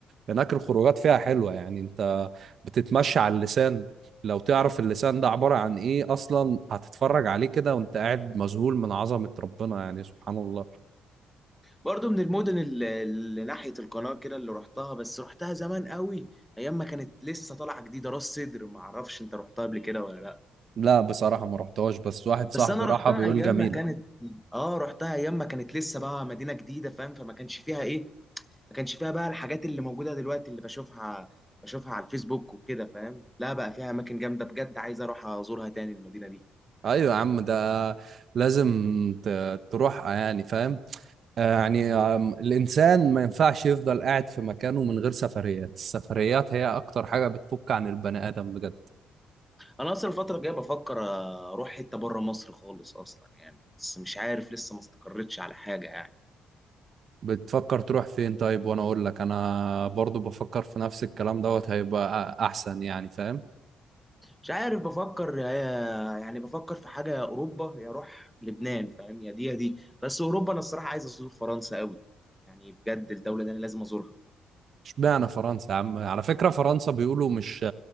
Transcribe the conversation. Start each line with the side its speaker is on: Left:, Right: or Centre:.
Right: هناك الخروجات فيها حلوة يعني أنت بتتمشى على اللسان لو تعرف اللسان ده عبارة عن إيه أصلا هتتفرج عليه كده وأنت قاعد مذهول من عظمة ربنا يعني سبحان الله
Centre: برضو من المدن ال- اللي ناحية القناة كده اللي رحتها بس رحتها زمان قوي أيام ما كانت لسه طالعة جديدة راس سدر ما أعرفش أنت رحتها قبل كده ولا لأ
Right: لا بصراحة ما رحتهاش بس واحد صاحبي
Centre: بس أنا
Right: راحها
Centre: رحتها
Right: بيقول
Centre: أيام
Right: جميلة
Centre: ما كانت آه رحتها أيام ما كانت لسه بقى مدينة جديدة فاهم فما كانش فيها إيه ما كانش فيها بقى الحاجات اللي موجودة دلوقتي اللي بشوفها بشوفها على الفيسبوك وكده فاهم لا بقى فيها أماكن جامدة بجد عايز أروح أزورها تاني المدينة دي
Right: أيوة يا عم ده لازم ت- تروحها يعني فاهم آه، يعني آم، الإنسان ما ينفعش يفضل قاعد في مكانه من غير سفريات السفريات هي أكتر حاجة بتفك عن البني آدم بجد
Centre: أنا أصلا الفترة الجاية بفكر أروح حتة بره مصر خالص أصلا يعني بس مش عارف لسه ما استقرتش على حاجة يعني
Right: بتفكر تروح فين طيب وأنا أقول لك أنا برضو بفكر في نفس الكلام دوت هيبقى أ- أحسن يعني فاهم
Centre: مش عارف بفكر يا- يعني بفكر في حاجة يا أوروبا يا أروح لبنان فاهم يا دي يا دي بس أوروبا أنا الصراحة عايز أزور فرنسا قوي يعني بجد الدولة دي أنا لازم أزورها
Right: اشمعنى فرنسا يا عم على فكرة فرنسا بيقولوا مش